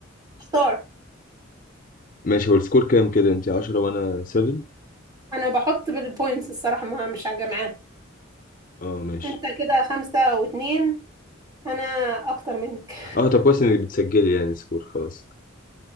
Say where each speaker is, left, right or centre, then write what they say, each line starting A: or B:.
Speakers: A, on the right; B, on the left.
A: اختار
B: ماشي هو السكور كام كده أنت عشرة وأنا سفن؟
A: انا بحط بالبوينتس الصراحة ما مش هجمعاها
B: اه ماشي
A: انت كده خمسة واتنين انا اكتر منك
B: اه طب كويس انك بتسجلي يعني سكور خلاص